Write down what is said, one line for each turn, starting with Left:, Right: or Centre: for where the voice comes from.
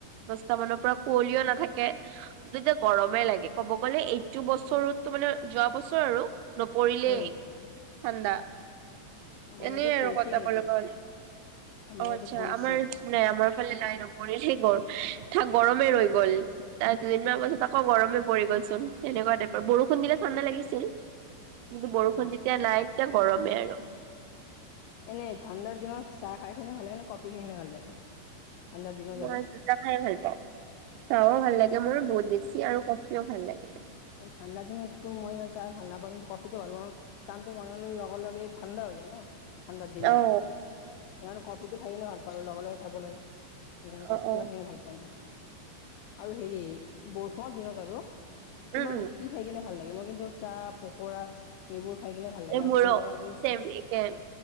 Right: দস্তা মানৰ পৰা কুঁৱলিও নাথাকে তেতিয়া গৰমে লাগে ক'ব গ'লে এইটো বছৰতো মানে যোৱা বছৰ আৰু নপৰিলেই
Left: উম,
Right: ঠাণ্ডা
Left: আমাৰ
Right: এনেই
Left: ইয়াতে
Right: আৰু
Left: পৰিছে
Right: কথাকলকণ
Left: কিন্তু। আমাৰ
Right: অ
Left: ইয়াতে
Right: আচ্ছা
Left: পৰিছে
Right: আমাৰ নেই আমাৰ ফালে নাই নপৰিল সেই গ থাক গৰমে ৰৈ গ'ল তাই দুদিনমান পাছত আকৌ গৰমে পৰি গ'ল চোন সেনেকুৱা টাইপৰ বৰষুণ দিলে ঠাণ্ডা লাগিছিল কিন্তু বৰষুণ
Left: অ'।
Right: যেতিয়া নাই তে গৰমেই আৰু
Left: এনেই ঠাণ্ডাৰ দিনত চাহ খাই কিনে ভাল লাগে নে কফি খাই কিনে ভাল লাগে ঠাণ্ডাৰ দিনত
Right: মই
Left: আৰু?
Right: দুটা খাইয়ে ভাল পাওঁ চা ও ভাল লাগে মোৰ বহুত বেছি আৰু কফিও ভাল লাগে
Left: ঠাণ্ডা দিনতো মই চাহ ভাল নাপাওঁ কিন্তু কফিতো ভাল পাওঁ চা টো বনালে লগে লগে ঠাণ্ডা হৈ যায় ন ঠাণ্ডাৰ দিনত
Right: অ'
Left: সেইকাৰণে কফিটো খাই কিনে ভাল পাও লগে লগে খাব লাগে সেইকাৰণে
Right: অ'
Left: কফিটোহে
Right: অ'
Left: ভাল পাওঁ মই আৰু হেৰি বৰষুণৰ দিনত আৰু তোমাক
Right: উম উম
Left: কি খাই কিনে ভাল লাগে মই কিন্তু চাহ পকৰা এইবোৰ খাই কিনে ভাল লাগে
Right: এ
Left: আৰু
Right: মো
Left: চিংগৰা
Right: ৰ
Left: জুই
Right: ফেব্ৰিকেন